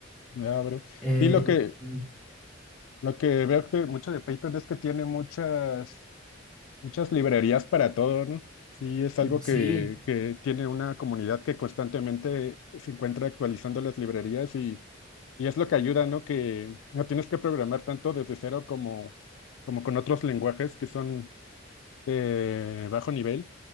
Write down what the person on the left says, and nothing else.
Ya, habrá-
Sí, lo que,
lo que veo que mucho de Python es que tiene muchas, muchas librerías para todo, ¿no? Sí, es algo
que, que tiene una comunidad que constantemente se encuentra actualizando las librerías y, y es lo que ayuda, ¿no? Que no tienes que programar tanto desde cero como, como con otros lenguajes que son de bajo nivel